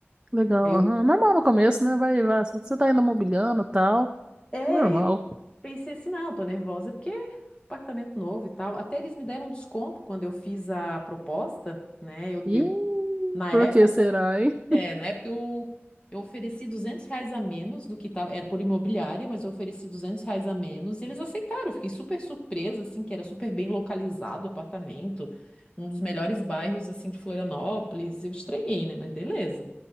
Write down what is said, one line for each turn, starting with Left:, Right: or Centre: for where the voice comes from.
Right: Legal,
Left: E Aí eu,
Right: aham. Normal no começo, né? Vai, vai. Você tá ainda mobiliando e tal.
Left: é,
Right: Normal.
Left: eu Pensei assim, não, tô nervosa porque apartamento novo e tal. Até eles me deram um desconto quando eu fiz a proposta, né? Eu,
Right: E
Left: eu na
Right: por
Left: época,
Right: que será, hein?
Left: é, na época eu, eu ofereci 200 reais a menos do que tava, era por imobiliária, mas eu ofereci 200 reais a menos e eles aceitaram. Eu Fiquei super surpresa, assim, que era super bem localizado o apartamento, um dos melhores bairros, assim, de Florianópolis. Eu estranhei, né? Mas beleza.